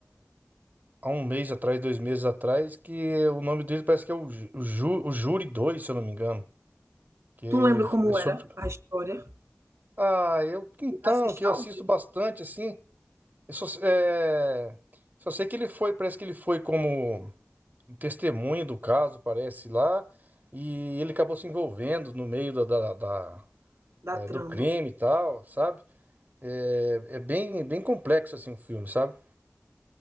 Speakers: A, on the right; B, on the right.
A: há um mês atrás, dois meses atrás, que o nome dele parece que é o, Ju- o, Ju- o Júri 2 se eu não me engano. Que
B: Tu lembra como
A: é sobre.
B: era a história?
A: Ah, eu. Então,
B: Eu já assisti
A: que eu
B: ao
A: assisto
B: vivo
A: bastante, assim. Eu só, é, só sei que ele foi, parece que ele foi como testemunha do caso, parece lá. E ele acabou se envolvendo no meio da, da- da-
B: da
A: é,
B: trama.
A: do crime e tal, sabe? É, é bem, bem complexo, assim, o filme, sabe?